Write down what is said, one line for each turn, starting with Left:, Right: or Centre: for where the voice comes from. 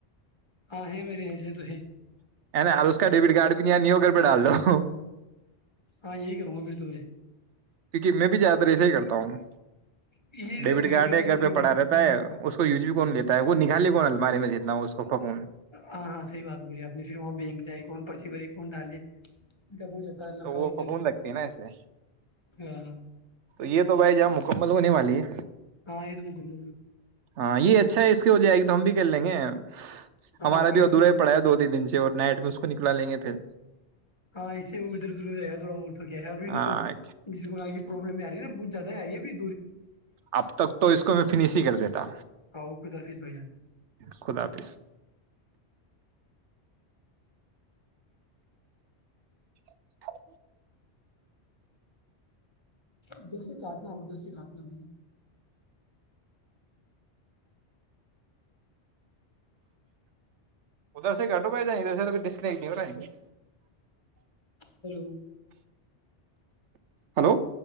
Left: ہاں ہے میرری ای سےے تو ہے
Right: ہے نا اور اس کا ڈیبٹ کارڈ بھی نہیں نہیں ہو کر پہ ڈال لو
Left: ہاں یہ کر ہو بھی توے
Right: کیونکہ میں بھی زیادہ تر ایسا ہی کرتا ہوں
Left: یہ جو
Right: ڈیبٹ
Left: یو
Right: کارڈ
Left: پی آئی
Right: ہے گھر
Left: والے
Right: پہ
Left: تو
Right: پڑھا رہتا ہے اس کو یو جی کون لیتا ہے وہ نکالی المارے میں جتنا اس کو پھپون
Left: ہاں ہاں صحی بات بولی آپ نے پھر وہاں بینک جائے کون پرچی بھرے نڈ آے بہتا لفڑاؤ
Right: تو وہ
Left: جتا
Right: پھپون
Left: ہےس
Right: لگتی ہے نا اس لیے
Left: ہاں
Right: تو یہ تو بھائی جب مکمل ہونے والی ہے
Left: ہاں ا م کند
Right: ہاں یہ اچھا ہے اس ہو جائے گی تو ہم بھی کر لیں گے
Left: ہاں
Right: ہمارا
Left: وہی
Right: بھی ادھورا
Left: تو
Right: ہی پڑا ہے دو تین دن سے اور نائٹ میں اس کو نکلا لیں گے پھر
Left: ہاں اس سے وہ ادھر ادھر جائے گا تھوڑا اور تو کیا ہے اور بھی نہیں
Right: ہاں،
Left: تو جسگ پرلم نا پچھ زا ہے ی یہ بھی
Right: اب تک تو اس کو میں فنش ہی کر دیتا
Left: آؤ خدا حافظ بھائی جان
Right: خد حافظ <inaudible>
Left: ادھر سے کاٹنا ادھر سے کاٹنا ہے بھیا
Right: ادھر سے کٹو پئے ج ادھر سے ڈسک نہیں
Left: ہلو
Right: ہلو